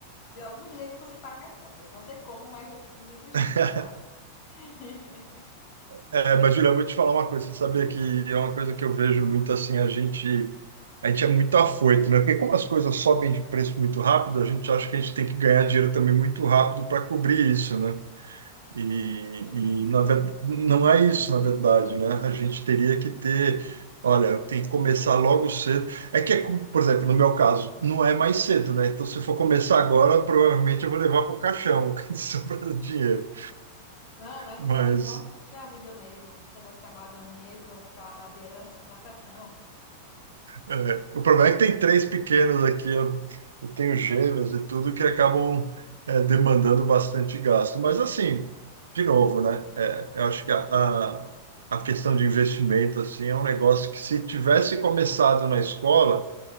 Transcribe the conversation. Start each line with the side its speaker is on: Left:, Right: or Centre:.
Left: de algum jeito eu consigo pagar minhas contas. Não sei como, mas eu vivo nos
Right: <laughs>
Left: 30 e pago. <laughs>
Right: É, mas, Julia, eu vou te falar uma coisa. Você sabia que é uma coisa que eu vejo muito assim, a gente, a gente é muito afoito, né? Porque como as coisas sobem de preço muito rápido, a gente acha que a gente tem que ganhar dinheiro também muito rápido para cobrir isso, né? E,
Left: Sim.
Right: e na ver- não é isso, na verdade, né? A gente teria que ter, olha, tem que começar logo cedo. É que, é com- por exemplo, no meu caso, não é mais cedo, né? Então, se eu for começar agora, provavelmente eu vou levar para o caixão, <laughs> sobrando dinheiro.
Left: Não, na cidade
Right: Mas
Left: é bom curtir a vida mesmo. O negócio de ficar guardando dinheiro para dar de herança, não dá certo, não.
Right: É, o problema é que tem três pequenos aqui, eu, eu tenho gêmeos e tudo que acabam é, demandando bastante gasto. Mas assim, de novo, né? é, eu acho que a, a, a questão de investimento assim é um negócio que se tivesse começado na escola,